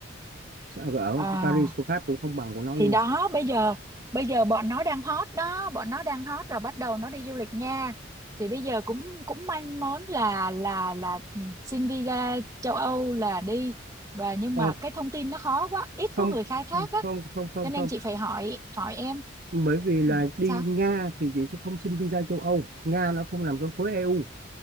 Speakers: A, on the right; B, on the right.
A: ở
B: à
A: Paris của Pháp cũng không bằng của nó
B: thì
A: luôn
B: đó bây giờ bây giờ bọn nó đang hot đó bọn nó đang hot rồi bắt đầu nó đi du lịch nha thì bây giờ cũng cũng manh mốn là là là ừ, xin visa châu Âu là đi và nhưng
A: ờ,
B: mà cái thông tin nó khó quá ít
A: không
B: có người khai thác
A: không
B: á
A: không không không
B: cho nên
A: không
B: chị phải hỏi hỏi em
A: bởi vì là
B: ừ,
A: đi
B: sao
A: Nga thì chị sẽ không xin visa châu Âu Nga nó không nằm trong khối EU